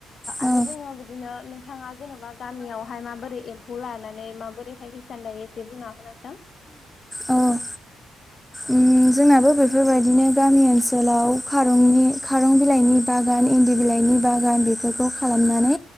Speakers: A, in the centre; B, on the left.
A: नामा
B: आरो जोङो बिदिनो नोंथाङा जेन'बा गामियावहाय माबोरै एम्फौ लानानै माबोरैहाय सानदों एसे बुंनो हागोनना नोंथां?
A: औ औ
B: औ
A: उम जोंनाबो बेफोरबायदिनो गामि ओनसोलाव खारंनि खारं बिलाइनि बागान इन्दि बिलाइनि बागान बेफोरखौ खालामनानै